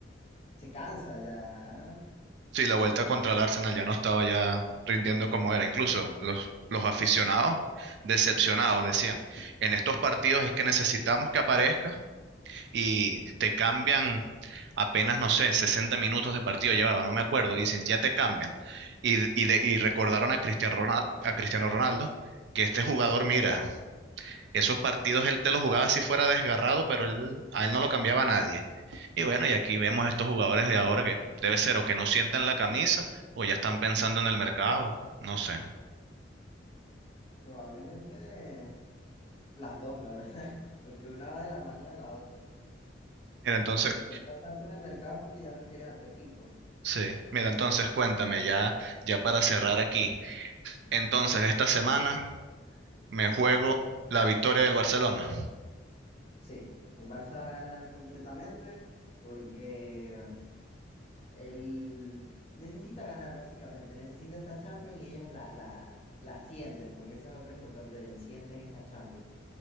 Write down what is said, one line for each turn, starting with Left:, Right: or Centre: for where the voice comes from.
Left: se cansa ya,
Right: Sí, la vuelta contra el Arsenal ya no estaba ya rindiendo como era. Incluso los, los aficionados decepcionados decían, en estos partidos es que necesitamos que aparezca y te cambian apenas, no sé, 60 minutos de partido llevaba, no me acuerdo, y dicen, ya te cambian. Y, y de- y recordaron a Cristiano Ronaldo, a Cristiano Ronaldo que este jugador, mira, esos partidos él te los jugaba si fuera desgarrado, pero él, a él no lo cambiaba nadie. Y bueno, y aquí vemos estos jugadores de ahora que debe ser o que no sientan la camisa o ya están pensando en el mercado, no sé.
Left: probablemente las dos, la verdad, <laughs> porque una va de la mano de la otra.
Right: Mira, entonces,
Left: Porque si piensas tanto en el mercado es porque ya no quieres a tu equipo.
Right: sí, mira, entonces cuéntame ya, ya para cerrar aquí. Entonces, esta semana me juego la victoria del Barcelona.
Left: Sí, el Barça va a ganar completamente porque él necesita ganar básicamente, necesita esta Champions y ellos la, la, la sienten, porque esa es otra importante de ellos, sienten esa Champions.